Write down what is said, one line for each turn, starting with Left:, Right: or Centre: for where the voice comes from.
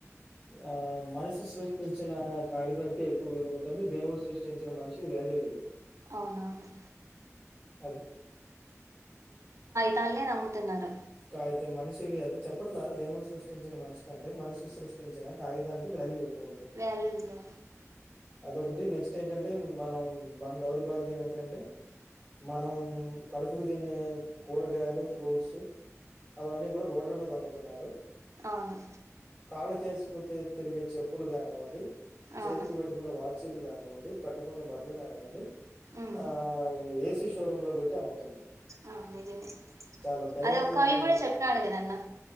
Left: ఆ మనిషి సృష్టించిన కాగితంకే ఎక్కువ విలువ ఉంటుంది దేవుడు సృష్టించిన మనిషి వాల్యూ లేదు
Right: అవునవును
Left: అది.
Right: తల్నే నమ్ముతున్నారు
Left: కాగితం మనిషికి అది చెప్పట్ల దేవుడు సృష్టించిన మనిషి కంటే మనసు సృష్టించిన కాగిదానికి వాల్యూ ఎక్కువుంది.
Right: వాల్యూ ఉందా
Left: అదొకటి నెక్స్ట్ ఏంటంటే మనం మన దౌర్భాగ్యం ఏంటంటే మనం కడుపుకు తినే కూరగాయలు ఫ్రూట్స్ అవన్నీ కూడా రోడ్ల మీద అమ్ముతున్నారు
Right: అవును
Left: కాళ్ళకేసుకు తిరిగే చెప్పులు కానివ్వండి చేతికి
Right: అవును
Left: పెట్టుకునే వాచ్ వాచీలు కానివ్వండి కట్టుకునే బట్టలు కానివ్వండి
Right: ఉమ్
Left: ఆ ఏస్ షోరూమ్ లో పెట్టి అమ్ముతున్నారు
Right: అవు ఐపేంది
Left: చాలా దయనీయమైన
Right: అదే ఒక కవి కూడా చెప్పాడు కదన్నా.